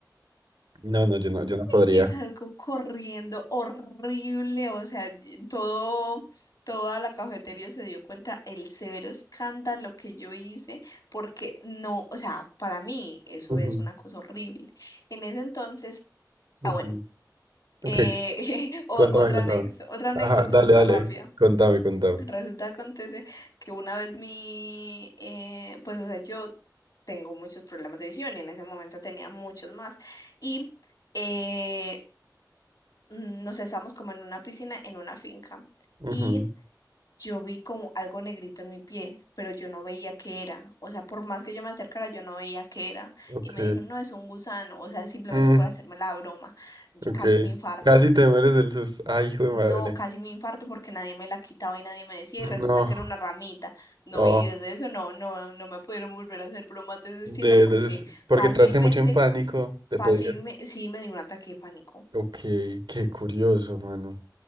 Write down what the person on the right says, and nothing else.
no, no, yo no, yo no podría.
ujú,
ujú.
Ok,
Contame,
contame.
Ajá, dale,
dale,
contame, contame.
Ujú,
ok,
mm,
ok.
Casi te mueres del susto. Ay, hijo de
madre.
No,
oh,
de,
de- des- porque
entraste mucho en pánico, te
podías.
Ok, qué curioso, mano.